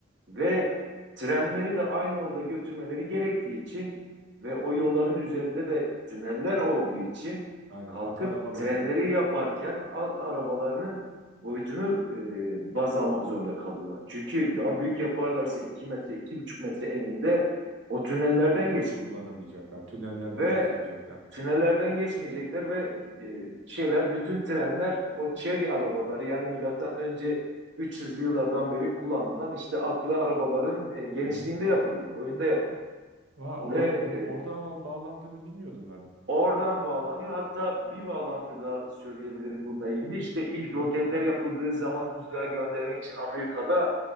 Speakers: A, on the right; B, on the right.
A: Ve trenleri de aynı yolda götürmeleri gerektiği için ve o yolların üzerinde de tüneller olduğu için
B: aynen
A: kalkıp
B: at arabalarının
A: trenleri yaparken alt arabalarının boyutunu e, baz almak zorunda kalıyorlar. Çünkü daha büyük yaparlarsa iki metre, iki buçuk metre eninde o tünellerden
B: o yolu
A: geçmeyecek.
B: kullanamayacaklar. Tünellerden
A: Ve
B: geçemeyecekler.
A: tünellerden geçmeyecekler ve e, şeyler bütün trenler o Chery arabaları yani milattan önce 300'lü yıllardan beri kullanılan işte atlı arabaların e, genişliğinde
B: Hı hı.
A: yapılıyor, boyunda yapılıyor.
B: Vay, olayın
A: Ve e,
B: bu oradan al- bağlandığını bilmiyordum ben.
A: oradan bağlanıyor. Hatta bir bağlantı da söyleyebilirim bununla ilgili. İşte ilk
B: Hı hı,
A: roketler yapıldığı zaman uzaya göndermek için Amerika'da